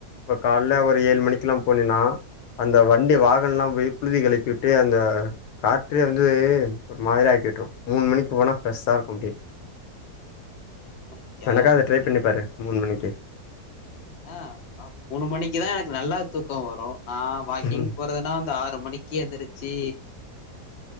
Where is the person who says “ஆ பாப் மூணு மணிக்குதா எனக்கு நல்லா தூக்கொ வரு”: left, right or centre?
Left